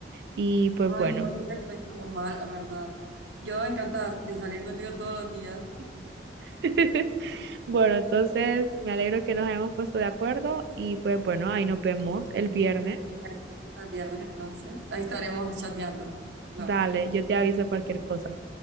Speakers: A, on the right; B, on the right.
A: y pues
B: Ay,
A: bueno.
B: no, yo te cuento mal, la verdad. Yo encantada de salir contigo todos los días.
A: <laughs> Bueno, entonces me alegro que nos hayamos puesto de acuerdo y pues bueno, ahí nos vemos el viernes.
B: Hasta el viernes, entonces. Ahí estaremos chateando. Claro.
A: Dale, yo te aviso cualquier cosa.